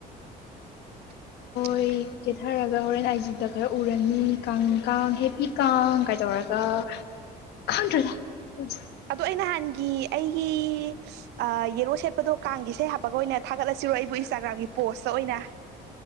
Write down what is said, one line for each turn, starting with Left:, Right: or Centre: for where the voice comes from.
Right: <inaudible>
Left: ꯈꯣꯏ ꯀꯦꯊꯔꯒ ꯍꯣꯔꯦꯟ ꯑꯩꯥꯏꯖꯤꯛꯗ ꯈꯔ ꯎꯔꯅꯤ ꯀꯥꯡ ꯀꯥꯡ ꯍꯦꯞꯄꯤ ꯀꯥꯡ ꯀꯥꯏ ꯇꯧꯔ ꯒꯥ ꯈꯪꯗ꯭ꯔꯦꯗ ꯄꯨꯟ
Right: ꯑꯗꯣ ꯑꯩ ꯅꯍꯥꯟꯒꯤ ꯑꯩꯒꯤ ꯑꯥ ꯌꯦꯜꯂꯣ ꯁꯦꯠꯄꯗꯣ ꯀꯥꯡꯒꯤ ꯏꯁꯩ ꯍꯥꯞꯄꯒ ꯑꯣꯏꯅ ꯊꯥꯒꯠꯂꯁꯤꯔꯣ ꯑꯩꯕꯨ ꯏꯟꯁꯇꯥꯒ꯭ꯔꯥꯝꯒꯤ ꯄꯣꯁꯇ ꯑꯣꯏꯅ